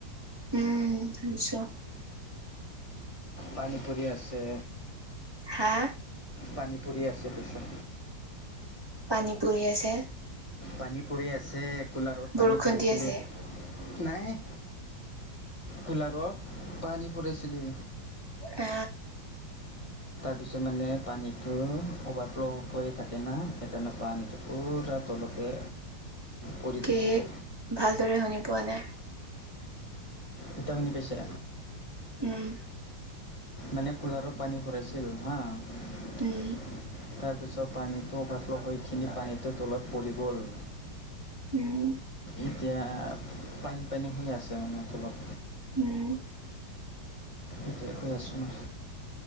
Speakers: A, on the right (about 25°); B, on the left (about 20°).
A: উম নিশ্চয়।
B: পানীপুৰি আছে।
A: হা!
B: পানী পুৰি আছে পিছা।
A: পানী পুৰি আছে।
B: পানী পৰি আছে কুলাৰত পানী
A: বৰষুণ
B: ভৰাইছিলে।
A: দি আছে
B: নাই কুলাৰত পানী পৰিছিলি।
A: আ।
B: পিছত মানে পানীটো অভাৰফ্ল' হৈয়ে থাকে না সেইকাৰণে পানীটো পুৰা তলতে পৰি
A: কি
B: থৈছিলে
A: ভালদৰে শুনি পোৱা নাই?
B: এতিয়া শুনি পাইচা?
A: উম।
B: মানে কুলাৰত পানী ভৰাইছিল হাঁ।
A: উম।
B: তাৰপিছত পানীটো অভাৰফ্ল' হৈখিনি পানীটোৰ তলত পৰি গ'ল।
A: উম।
B: এতিয়া পানী পানী হৈ আছে মানে অলপ।
A: উম।
B: এতিয়া খৈ আছোঁ নাই।